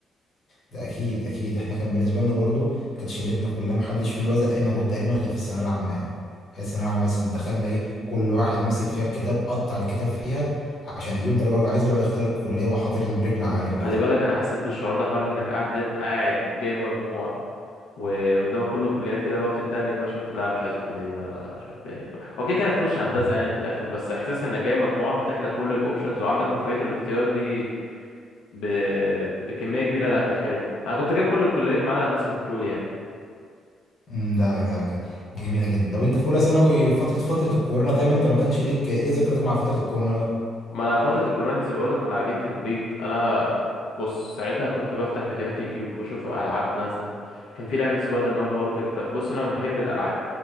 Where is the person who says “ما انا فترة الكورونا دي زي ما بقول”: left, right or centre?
Left